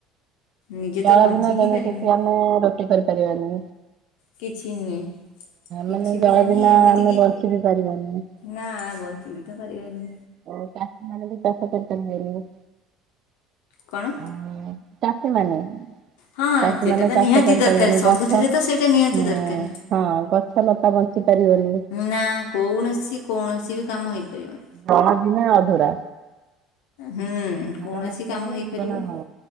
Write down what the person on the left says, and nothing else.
ନିଜେ
ତ ବଞ୍ଚି
ହିଁ
ପାରିବୁନି
କିଛି ନୁହେଁ। କିଛି
ବି
ନାହିଁ
ଏମିତି
କି
ନା ବଞ୍ଚିବି ତ ପାରିବାନି।
କଣ?
ହଁ
ସେଇଟା
ତ
ନିହାତି
ଦରକାର ସବୁଥିରେ
ତ ସେଇଟା ନିହାତି
ଦରକାର
ନା କୌଣସି କୌଣସି ବି କାମ ହେଇପାରିବନି।
ହୁଁ
କୌଣସି
କାମ
ହେଇପାରିବନି